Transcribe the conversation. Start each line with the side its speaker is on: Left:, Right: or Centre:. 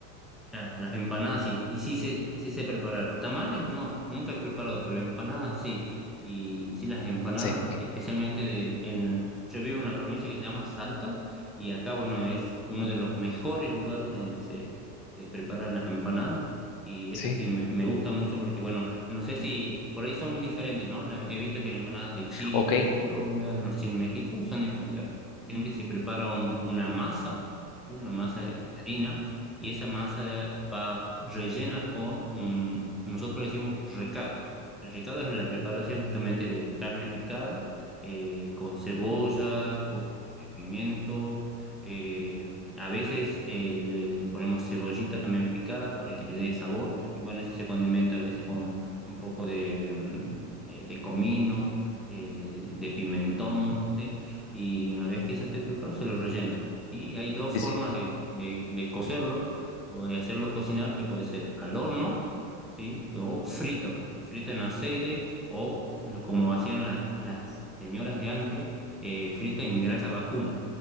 Centre: La- Las empanadas sí, y sí, sé- sí sé preparar. Tamales no, nunca he preparado, pero empanadas sí. Y sí, las empanadas,
Left: Sí,
Centre: especialmente de... En, yo vivo en una provincia que se llama Salta y acá, bueno, es uno de los mejores lugares donde se, se preparan las empanadas. Y
Left: sí.
Centre: eso sí, me, me gusta mucho porque, bueno, no sé si por ahí son diferentes, ¿no? La- he visto que las empanadas de Chile,
Left: Ok.
Centre: de Colombia, no sé si en México son diferentes. Acá generalmente se prepara un- una masa, ¿sí? Una masa de harina y esa masa va rellena con, mm, nosotros decimos recado. El recado es la preparación justamente de carne picada, eh, con cebolla, con pimiento, eh, a veces eh, le, le ponemos cebollita también picada para que le dé sabor, y bueno, eso se condimenta a veces con un poco de, mm, eh, de comino. eh, de pimentón, ¿sí? Y una vez que eso esté preparado, se lo rellena. Y hay dos formas
Left: Sí,
Centre: de, de, de cocerlo o de hacerlo cocinar, que puede ser al horno, ¿sí? O frito, frito en aceite, o lo- como hacían las, las señoras de antes, eh, frita en grasa vacuna,